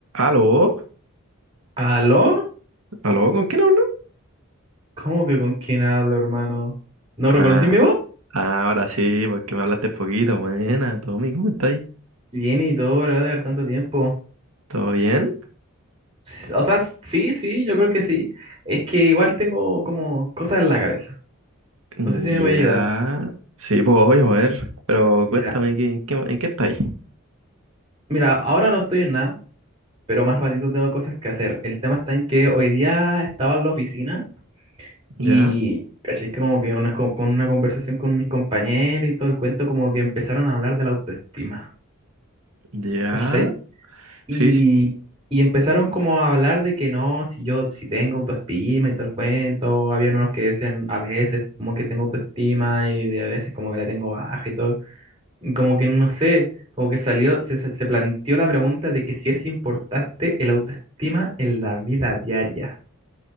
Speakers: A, on the right; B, on the right.
A: Aló,
B: ¿Aló?
A: aló, ¿con quién hablo?
B: ¿Cómo que con quién hablo, hermano? ¿No
A: Ah,
B: reconocí mi voz?
A: ahora sí, porque me hablaste poquito. Buena, Tommy, ¿cómo estáis?
B: Bien y todo, brother, tanto tiempo.
A: ¿Todo bien?
B: S- O sea, s- sí, sí, yo creo que sí. Es que igual tengo como cosas en la cabeza.
A: Mm,
B: No sé si me
A: Ya.
B: voy a ayudar.
A: Sí, pues voy a ver. Pero cuéntame,
B: Mira,
A: ¿qué- ¿en qué, en qué estáis?
B: mira, ahora no estoy en nada, pero más ratito tengo cosas que hacer. El tema está en que hoy día estaba en la oficina
A: Ya,
B: y, caché, como que unas co- con una conversación con mis compañeros y todo el cuento, como que empezaron a hablar de la autoestima.
A: ya.
B: ¿Cachai? Y,
A: Sí, sí.
B: y empezaron como a hablar de que no, si yo si tengo autoestima y todo el cuento, habían unos que decían a veces como que tengo autoestima y de a veces como que la tengo baja y todo, y como que no sé, como que salió, se, se se planteó la pregunta de que si es importante el autoestima en la vida diaria.